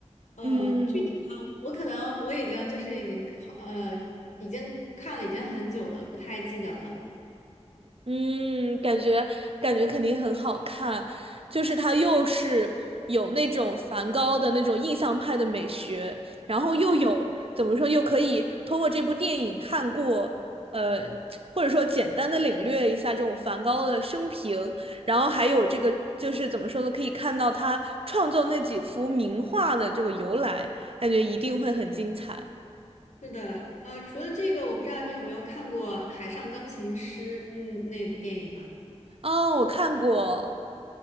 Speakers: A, on the left; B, on the right.
A: 嗯、
B: 嗯。
A: 呃具体的我可能我已经就是已经呃已经看了已经很久了，不太记得了。
B: 嗯，感觉感觉肯定很好看，就是它又是有那种梵高的那种印象派的美学，然后又有怎么说，
A: 嗯，
B: 又可以通过这部电影看过，呃，或者说简单的领略一下这种梵高的生平，然后还有这个就是怎么说呢，可以看到他创作那几幅名画的这个由来，感觉一定会很精彩。
A: 是的，呃，除了这个，我不知道你有没有看过《海上钢琴师》嗯那部电影啊？
B: 哦，我看过。